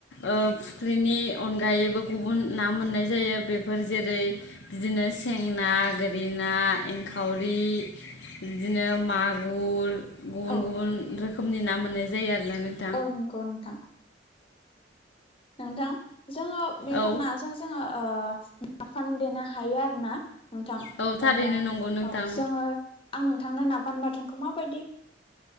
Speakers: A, on the left; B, on the left.
A: ओ फुख्रिनि अनगायैबो गुबुन ना मोननाय जायो बेफोर जेरै बिदिनो सेंनाा गोरि ना एंखावरि बिदिनो मागुर गुबुन
B: औ
A: गुबुन रोखोमनि ना मोननाय जायो आरोना नों
B: औ नंगौ नोंथां नोंथां जोङो बेफोरना
A: औ
B: जों जोङो नाफाम देनो हायो आरो ना। नोंथां
A: औ थारैनो
B: औ
A: नंगौ नोंथां
B: जोङो आं नोंथांनो नाफान बाथोनखौ ओ माबायदि